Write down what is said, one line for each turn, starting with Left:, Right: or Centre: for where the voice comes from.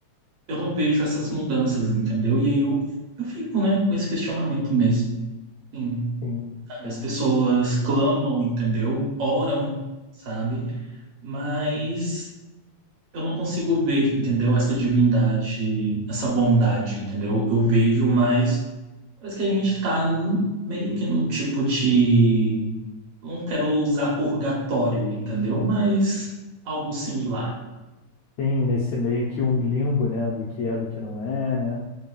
Right: eu não vejo essas mudanças, entendeu? E aí eu, eu fico, né, com esse questionamento mesmo. Sim.
Left: Sim,
Right: As
Left: sim.
Right: pessoas clamam, entendeu? Oram, sabe? Mas eu não consigo ver, entendeu? Essa divindade, essa bondade, entendeu? Eu vejo, mas parece que a gente tá meio que num tipo de. Não quero usar purgatório, entendeu? Mas algo similar.
Left: Sim, nesse meio que um limbo, né? Do que é, do que não é, né?